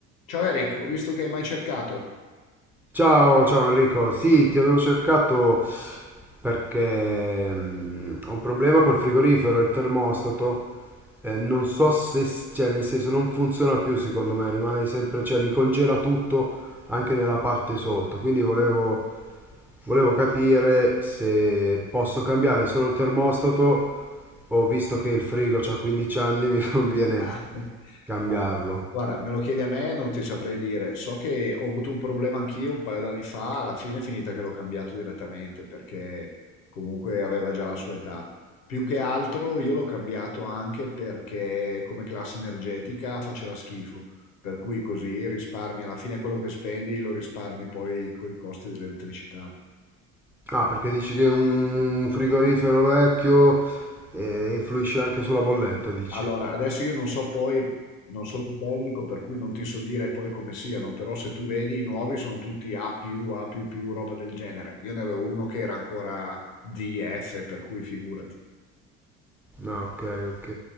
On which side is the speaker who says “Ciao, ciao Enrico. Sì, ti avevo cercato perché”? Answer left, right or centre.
Centre